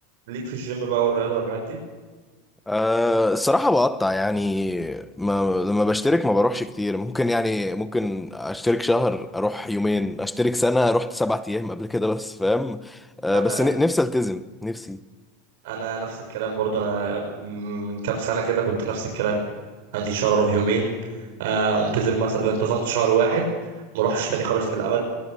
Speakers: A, on the right (about 70°); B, in the centre.
A: ليك في الجيم بقى والرياضة والحاجات دي
B: أه الصراحة بقطع يعني ما لما بشترك ما بروحش كتير ممكن يعني ممكن اشترك شهر اروح يومين اشترك سنة رحت سبعة ايام قبل كده بس فاهم أه
A: انا
B: بس
A: ما-
B: ن- نفسي التزم نفسي
A: انا نفس الكلام برضو انا من كام سنة كده كنت نفس الكلام انزل شهر اروح يومين آه، انتظم مثلا انتظمت شهر واحد ما اروحش تاني خالص للابد